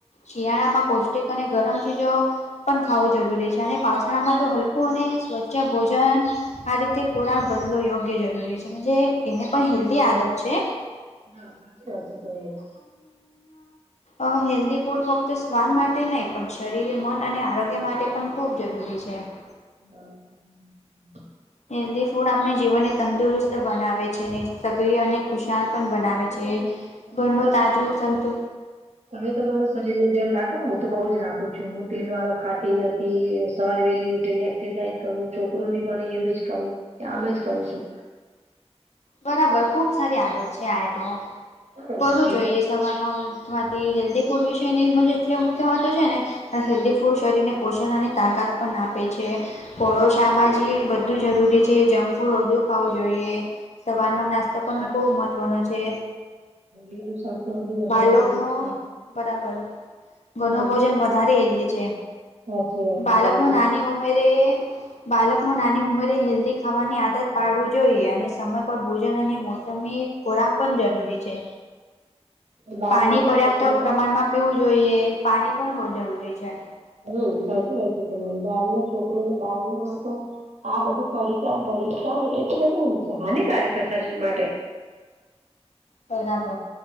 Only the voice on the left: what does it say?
શિયાળા માં પૌષ્ટિક અને ગરમ ચીજો પન ખાવું જરૂરી છે અને પાાવસાળામાં તો હલકું અને સ્વચ્છ ભોજન. આ રીતે ખોરાક બદલો યોગ્ય જરૂરી છે મજે એને પણ હેલ્દી આદત છે.
અ હેલ્દી ફૂડ ફક્ત સ્વાદ માટે નઇ પન શરીર મન અને આરોગ્ય માટે પન ખૂબ જરૂરી છે. <unintelligible>
હેલ્દી ફૂડ આપને જીવને તંદુરસ્ત બનાવે છે સક્રિય અને ખુશી બનાવે
છે,
ઘરનુ
તાજું સંતુ
બરાબર ખુબ સારી આદત છે આ તો,
કરું
જોઈએ સવારમાં. થવાથી હેલ્દી ફૂડ વિશેની મને એટલી આમ ચવાતો છે ને. હેલ્દી ફૂડ શરીરને પોષન અને તાકાત પન આપે છે. પળો શાકભાજી બધું જરૂરી છે જંબમફૂડ ઓધું ખાવું જોઈએ. સવારનો
નાસ્તો પન
ખુબ મહત્વનો છે,
પાલખ
નો
પરાપર.
ગનો ભોજન વધારે હેલ્દી ચે,
બાલકનો
નાની ઉમેરે બાલકનો નાની ઉંમરે હેલ્દી ખાવાની આદત પાડવું જોઈએ અને સમ ભોજન અને મોસમી ખોરાક પન જરૂરી છે.
પાણી
પર્યાપ્ત
પ્રમાણમાં પીવું જોઈએ પાની પણ બહુ જરૂરી છે.
પરાબર